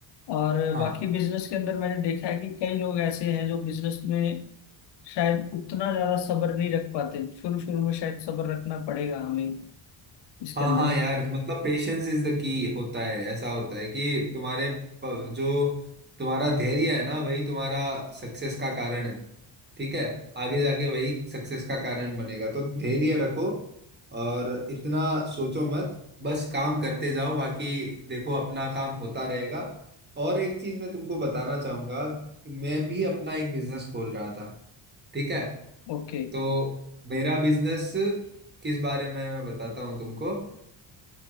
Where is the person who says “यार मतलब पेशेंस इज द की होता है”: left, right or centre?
Right